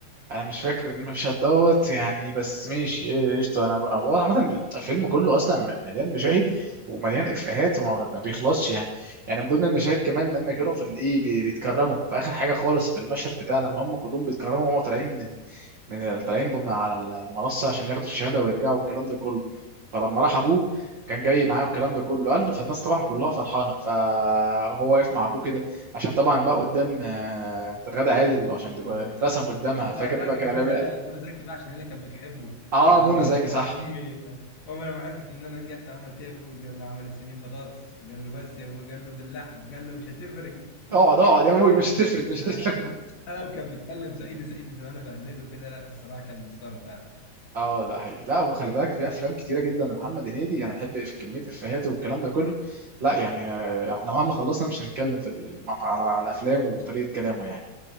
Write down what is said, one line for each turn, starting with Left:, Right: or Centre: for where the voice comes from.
Right: انا مش فاكر المشهد دوت يعني بس ماشي إيه، قشطه انا بقى- هو عامه الفيلم كله اصلا مليان مشاهد ومليان افيهات وما ما بيخلصش يعني يعني من ضمن المشاهد كمان لما كانوا في الايه بي- بيتكرموا في اخر حاجه خالص في المشهد بتاع لما هم كلهم بيتكرموا وهم طالعين من ال- من ال- طالعين بم- على المنصه عشان ياخدوا الشهاده ويرجعوا والكلام ده كله فلما راح ابوه كان جاي معاه والكلام ده كله قال له فالناس طبعا كلها فرحانه فهو واقف مع ابوه كده عشان طبعا بقى قدام آه، غادة عادل
Left: قدام
Right: عشان تبقى
Left: آه،
Right: اترسم قدامها
Left: لا لا
Right: فاكر
Left: وقتها
Right: بقى
Left: كان
Right: كان
Left: منى
Right: عامل
Left: زكي
Right: ايه؟ قال لي
Left: منى زكي بقى عشان هي اللي كانت بتحبه
Right: اه
Left: قال
Right: منى
Left: له
Right: زكي صح
Left: آه، امي امي لما عرفت ان انا نجحت عملت ايه يا ابوي قال له عملت صينيه بطاطس قال له بس يا ابوي قال له باللحمه قال له مش هتفرق <laughs>
Right: اقعد اقعد يا ابوي مش هتفرق مش
Left: لا
Right: هتفرق
Left: لا
Right: <laughs>
Left: لا لو كان بيتكلم سعيد سعيد زي ما انا بقلده كده لا بصراحه كان مسخره فعلا
Right: اه لا هي لا وخلي بالك في افلام كتيره جدا لمحمد هنيدي انا بحب في كميه افيهات والكلام ده كله لا يعني آه، احنا مهما خلصنا مش هنتكلم في ال... على على افلامه وطريقه كلامه يعني